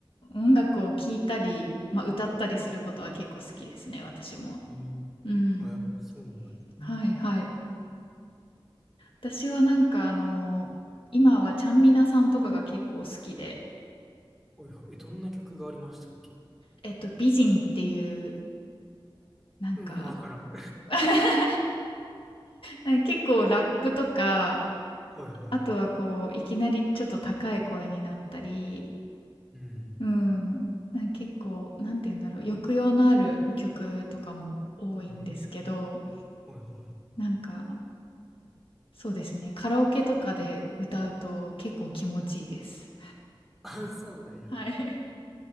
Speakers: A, on the left; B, in the centre.
A: 音楽を聴いたり、まあ、歌ったりすることは結構好きですね、私も。
B: うん。
A: うん。
B: あ、やっぱそうなんや。
A: はいはい。私はなんかあの、今はちゃんみなさんとかが結構好きで、
B: はいはい。え、どんな曲がありましたっけ
A: えっと、美人っていう、なんか、
B: うん、わからん。<laughs> は
A: <laughs> なんか結構ラップとか、
B: いは
A: あとはこう、いきなりちょっと高い声になったり、
B: い。うん。
A: うん。なんか結構、なんて言うんだろう、抑揚のある曲とかも多いんですけど、
B: うん。はいはい。
A: なんか、そうですね、カラオケとかで歌うと結構気持ちいいです。
B: あ、そうなんや。
A: はい。<laughs>